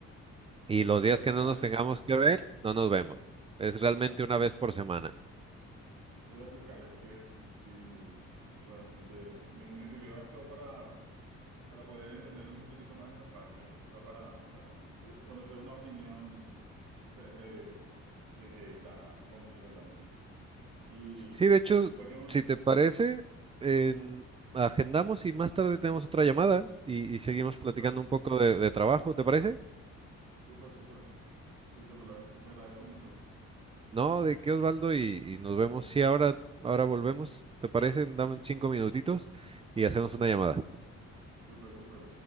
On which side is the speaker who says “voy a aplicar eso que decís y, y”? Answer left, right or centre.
Right